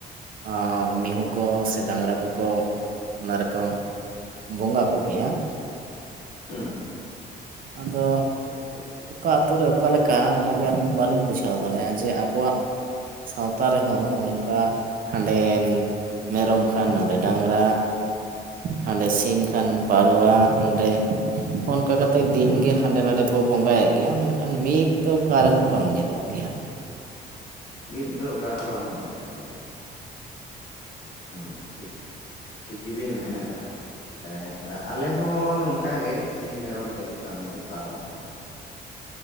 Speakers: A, on the right; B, on the left.
A: ᱚᱸ ᱢᱤᱦᱩ ᱠᱚ ᱥᱮ ᱰᱟᱝᱨᱟ ᱠᱚᱠᱚ ᱚᱱᱟ ᱨᱮᱠᱚ ᱵᱚᱸᱜᱟ ᱠᱚᱜᱮᱭᱟ,
B: ᱦᱩᱸ ᱦᱩᱸ
A: ᱟᱫᱚ
B: ᱟᱪᱪᱷᱟ ᱟᱪᱪᱷᱟ ᱟᱪᱪᱷᱟ
A: ᱚᱠᱟ ᱟᱹᱛᱩ ᱨᱮ ᱚᱠᱟ ᱞᱮᱠᱟ ᱚᱱᱟᱜᱮ ᱟᱹᱞᱤᱧ ᱵᱟᱹᱞᱤᱧ ᱵᱩᱡᱷᱟᱹᱣ ᱫᱟᱲᱮᱭᱟᱜᱼᱟ ᱡᱮᱹ ᱟᱵᱚᱣᱟᱜ ᱥᱟᱶᱛᱟ ᱨᱮᱦᱚᱸ ᱱᱚᱝᱠᱟ, ᱦᱟᱸᱰᱮᱱ ᱢᱮᱨᱚᱢ ᱠᱷᱟᱱ ᱱᱟᱰᱮ ᱰᱟᱝᱨᱟ, ᱦᱟᱸᱰᱮ ᱥᱤᱢ ᱠᱷᱟᱱ ᱯᱟᱨᱣᱟ ᱱᱚᱰᱮ ᱚᱱᱠᱟ ᱠᱟᱛᱮ ᱫᱤᱱᱜᱮ
B: ᱦᱩᱸ
A: ᱦᱟᱸᱰᱮ
B: ᱦᱩᱸ
A: ᱱᱟᱰᱮ ᱵᱚ ᱵᱚᱸᱜᱟᱭᱮᱫ ᱜᱮᱭᱟ ᱢᱮᱱᱠᱷᱟᱱ ᱢᱤᱫ ᱫᱚ ᱚᱠᱟ ᱨᱮᱦᱚᱸ ᱵᱟᱝ ᱧᱮᱞᱚᱜ ᱜᱮᱭᱟ᱾
B: ᱢᱤᱫ ᱫᱚ ᱚᱠᱟ ᱨᱮᱦᱚᱸ ᱵᱟᱝ ᱧᱮᱞᱚᱜ ᱠᱟᱱ ᱜᱮᱭᱟ᱾ ᱦᱩᱸ ᱴᱷᱤᱠ ᱴᱷᱤᱠ ᱜᱮᱵᱤᱱ ᱢᱮᱱ ᱟᱠᱟᱫᱼᱟ, ᱮᱸᱫ ᱟᱞᱮ ᱦᱚᱸ ᱱᱚᱝᱠᱟ ᱜᱮ, ᱥᱤᱢ ᱢᱮᱨᱚᱢ ᱛᱮᱜᱮ ᱠᱟᱹᱢᱤ ᱫᱚ ᱯᱟᱨᱚᱢᱚᱜᱼᱟ᱾